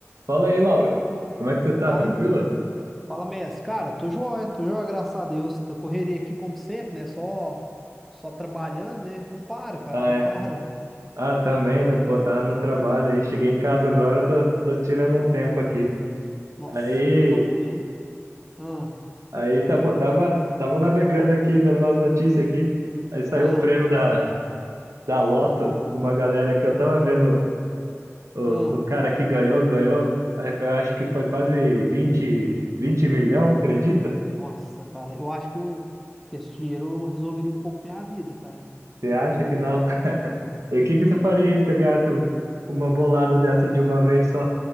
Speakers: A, on the right; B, in the centre.
A: Fala aí, Laura. Como é que você tá?
B: Fala,
A: Tranquilo?
B: fala, Messi. Cara, tô joia, tô joia, graças a Deus. Na correria aqui, como sempre, né? Só, só trabalhando, né? Não para, cara,
A: Ah,
B: não
A: é.
B: para.
A: Ah, também, né? Pô, tá no trabalho aí. Cheguei em casa agora, tô, tô tirando um tempo aqui.
B: Nossa,
A: Aí,
B: que vida boa, hein? Ah,
A: aí tá, pô, tava, tava navegando aqui, vendo umas notícias aqui. Aí saiu
B: ah,
A: o prêmio da, da Loto, uma galera que eu tava vendo o,
B: ah.
A: o cara que ganhou, ganhou, eu acho que foi quase 20, 20 milhões, acredita?
B: Nossa, cara, eu acho que, um, que esse dinheiro resolveria um pouco minha vida, cara.
A: Você acha que na, E o que que você faria aí se você ganhasse um- uma bolada dessa de uma vez só?